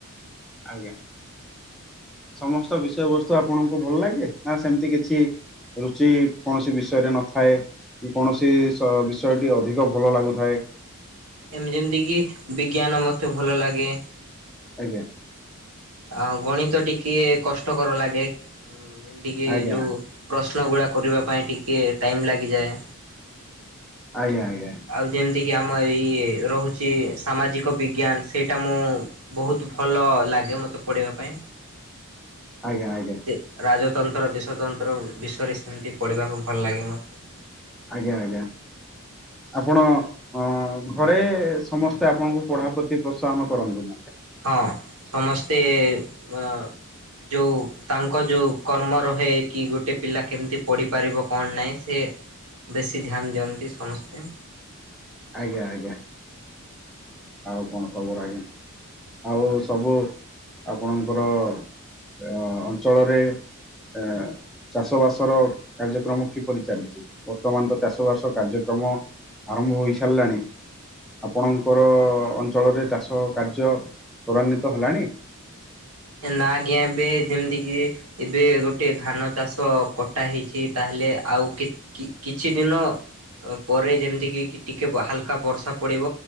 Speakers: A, in the centre; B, on the right.
A: ଆଜ୍ଞା ସମସ୍ତ ବିଷୟବସ୍ତୁ ଆପଣଙ୍କୁ ଭଲ ଲାଗେ ନା ସେମିତି କିଛି ରୁଚି କୌଣସି ବିଷୟରେ ନଥାଏ। କି କୌଣସି ସ ବିଷୟଟି ଅଧିକ ଭଲ ଲାଗୁଥାଏ?
B: ଏମିତି ଯେମିତିକି ବିଜ୍ଞାନ ମୋତେ ଭଲ ଲାଗେ।
A: ଆଜ୍ଞା।
B: ଆ ଗଣିତ ଟିକେ କଷ୍ଟକର ଲାଗେ ଟିକେ
A: ଆଜ୍ଞା।
B: ଯୋଉ ପ୍ରଶ୍ନଗୁଡ଼ା କରିବା ପାଇଁ ଟିକେ ଟାଇମ ଲାଗିଯାଏ।
A: ଆଜ୍ଞା ଆଜ୍ଞା।
B: ଆଉ ଯେମିତିକି ଆମ ଏଇ ରହୁଛି ସାମାଜିକ ବିଜ୍ଞାନ ସେଇଟା ମୁଁ ବହୁତ ଭଲ ଲାଗେ ମତେ ପଢିବା ପାଇଁ।
A: ଆଜ୍ଞା ଆଜ୍ଞା।
B: ସେ ରାଜତନ୍ତ୍ର ଦେଶତନ୍ତ୍ର ବିଷୟରେ ସେମିତି ପଢ଼ିବାକୁ ଭଲ ଲାଗେ ମୋତେ।
A: ଆଜ୍ଞା ଆଜ୍ଞା ଆପଣ ହଁ ଘରେ ସମସ୍ତେ ଆପଣଙ୍କୁ ପଢା ପ୍ରତି ପ୍ରୋତ୍ସାହନ କରନ୍ତି?
B: ହଁ ସମସ୍ତେ ଅ ଯୋଉ ତାଙ୍କ ଯୋଉ କର୍ମ ରହେ କି ଗୋଟେ ପିଲା କେମିତି ପଢ଼ିପାରିବ କଣ ନାହିଁ ସେ ବେଶୀ ଧ୍ୟାନ ଦିଅନ୍ତି ସମସ୍ତେ।
A: ଆଜ୍ଞା ଆଜ୍ଞା। ଆଉ କଣ ଖବର ଆଜ୍ଞା ଆଉ ସବୁ ଆପଣଙ୍କର ଅ ଅଞ୍ଚଳରେ ଏ ଚାଷ ବାସର କାର୍ଯ୍ୟକ୍ରମ କିପରି ଚାଲିଚି ବର୍ତ୍ତମାନ ତ ଚାଷ ବାସ କାର୍ଯ୍ୟକ୍ରମ ଆରମ୍ଭ ହୋଇସାରଲାଣି। ଆପଣଙ୍କର ଅଞ୍ଚଳରେ ଚାଷ କାର୍ଯ୍ୟ ତ୍ୱରାନ୍ୱିତ ହେଲାଣି?
B: ଏନା ଆଜ୍ଞା ଏବେ ଯେମତି କି ଏବେ ଗୋଟେ ଧାନ ଚାଷ କଟା ହେଇଛି ତାହେଲେ ଆଉ କି କି କିଛି ଦିନ ଅ ପରେ ଯେମତିକି କି ଟିକେ ହାଲକା ବର୍ଷା ପଡ଼ିବ